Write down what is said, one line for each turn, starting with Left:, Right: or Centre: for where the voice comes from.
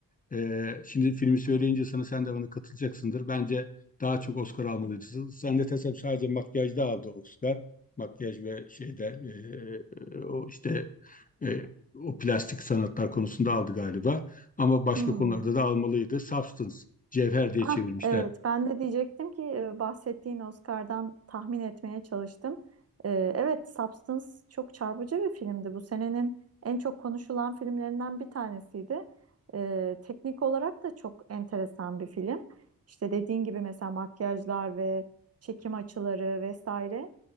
Left: e, şimdi filmi söyleyince sana sen de bana katılacaksındır. Bence daha çok Oscar almalıydı. Zannedersem sadece makyajda aldı Oscar. Makyaj ve şeyde e, e, o işte e, o plastik sanatlar konusunda aldı galiba. Ama başka
Right: Hmm.
Left: konularda da almalıydı. Substance, cevher diye
Right: Ah
Left: çevirmişler.
Right: evet ben de diyecektim ki e, bahsettiğin Oscar'dan tahmin etmeye çalıştım. E, evet Substance çok çarpıcı bir filmdi. Bu senenin en çok konuşulan filmlerinden bir tanesiydi. E, teknik olarak da çok enteresan bir film. İşte dediğin gibi mesela makyajlar ve çekim açıları vesaire.